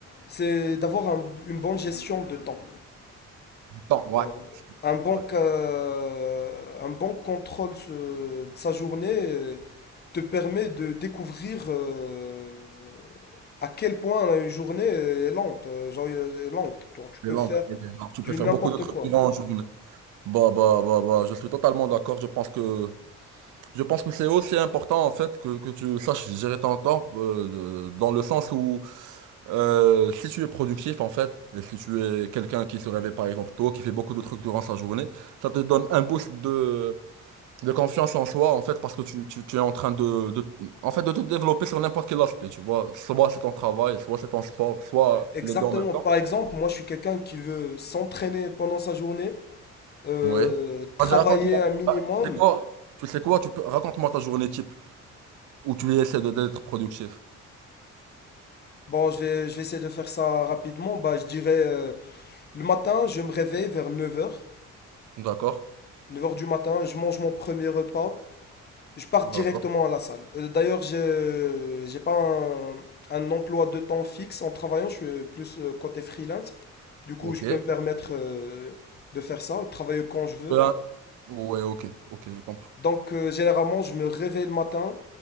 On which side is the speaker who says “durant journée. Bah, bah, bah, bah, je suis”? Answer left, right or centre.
Right